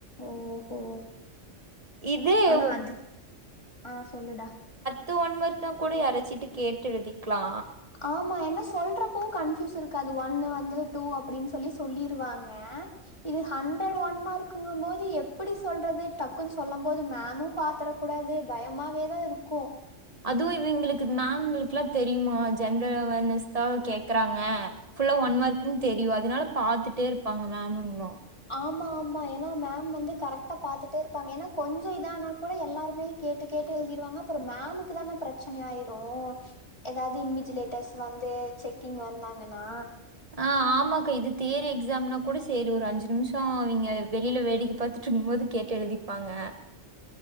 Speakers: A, on the left; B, on the right.
A: ஓஹோ
B: இதே
A: ஆனா
B: ஒ
A: அது ஆஹ் சொல்லுடா
B: து ஒன் மார்க்தா கூட யாராச்சுட்டு கேட்டு எழுதிக்லா
A: ஆமா என்ன சொல்றப்போ கன்பியூஸ் இருக்காது ஒன்னு வந்து டூ அப்டின்னு சொல்லி சொல்லிருவாங்க இது ஹண்ட்ரட் ஒன் மார்க்குங்க போது எப்டி சொல்றது டக்குன் சொல்லம் போது மேமு பாத்தர கூடாது பயமாவேதா இருக்கு
B: அதுவு இவிங்களுக்கு இது மேம்ங்களுக்குலா தெரியுமா ஜென்ரல் அவேர்னஸ் தா கேக்குறாங்க ஃபுல்லா ஒன் மார்க்குன்னு தெரியு அதனால பாத்துட்டே இருப்பாங்க மேம்முங்ளு
A: ஆமா ஆமா ஏனா மேம் வந்து கரெக்டா பாத்துட்டே இருப்பாங்க ஏனா கொஞ்ச இதானா கூட எல்லாருமே கேட்டு கேட்டு எழுதிருவாங்க அப்ற மேமுக்கு தானே பிரச்சனயாய்ரு எதாது இன்விஜிலேட்டர்ஸ் வந்து செக்கிங் வந்தாங்கனா
B: ஆஹ் ஆமாக்கா இது தியரி எக்ஸாம்னா கூட சேரி ஒரு அஞ்சு நிம்ஷ அவிங்க வெளில வேடிக்க பாத்துட்டு இருக்கும் போது கேட்டு எழுதிப்பாங்க